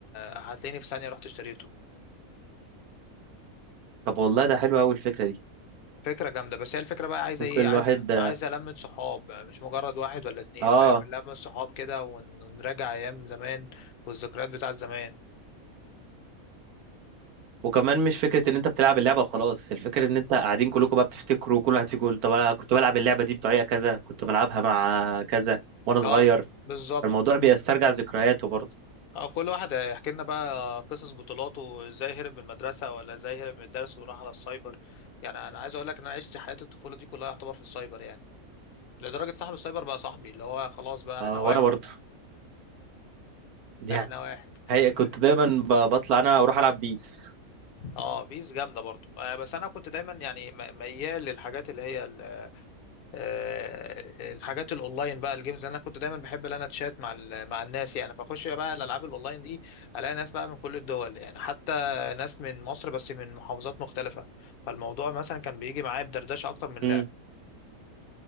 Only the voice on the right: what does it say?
طب والله ده حلو قوي الفكرة دي
ممكن
الواحد
اه
وكمان مش فكرة ان انت بتلعب اللعبة وخلاص الفكرة ان انت قاعدين كلكم بقى بتفتكروا كل واحد فيكم يقول طب انا كنت بلعب اللعبة دي بطريقة كذا كنت بلعبها مع كذا وانا صغير
فالموضوع بيسترجع ذكرياته برضه
اه
وانا برضه دي
حقيقة
كنت دايما ب- بطلع انا اروح العب بيس
اه